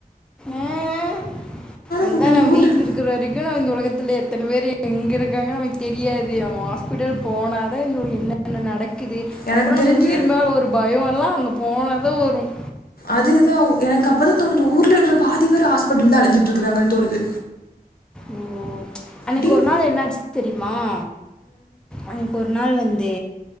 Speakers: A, in the centre; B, on the left (about 75°).
A: அஹ அந்தா
B: கூட்டம் இந்த
A: நம்
B: ஊரில்
A: வீடல இருக்கிற வரைக்கு நா இந்த உலகத்திலேயே இத்தன பேர் எங்க இருக்காங்கன்ன ந தெரியாது அவன் ஹாஸ்பிட்டல் போனாதான நட இது
B: எனக்கு
A: அப்புறம்
B: தெரிஞ்சு
A: நம்ம உயிர் மேல ஒரு பயம் ல்லாம் அந்த போனத வரும்
B: அதுதான் எனக்கு அப்பதான் தோணுது ஊர்ல இருக்கிற பாதி வேற ஹாஸ்பிட்டல் தான் அழஞ்சிட்டு இருக்கறாங்கன்னு தோணுது
A: ஓ அன்னைக்கு
B: டீன்
A: ஒரு நாள் என்னாச்சு தெரியுமா <unintelligible> அப்ப <unintelligible> அதனால் வந்து